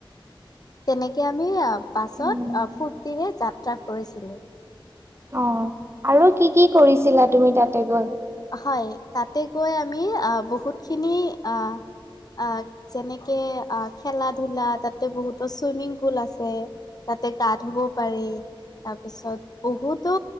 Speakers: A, on the left; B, on the right.
A: তেনেকে আমি অ'- বাছত
B: উম,
A: অ'- ফুৰ্তিৰে যাত্ৰা কৰিছিলোঁ।
B: অ'। আৰু কি - কি কৰিছিলা তুমি তাতে গৈ?
A: হয়, তাতে গৈ আমি অ'- বহুতখিনি অ' অ' যেনেকে অ' খেলা-ধুলা, তাতে বহুতো চুইমিংপুল আছে তাতে গা ধুব পাৰি। তাৰপিছত বহুতো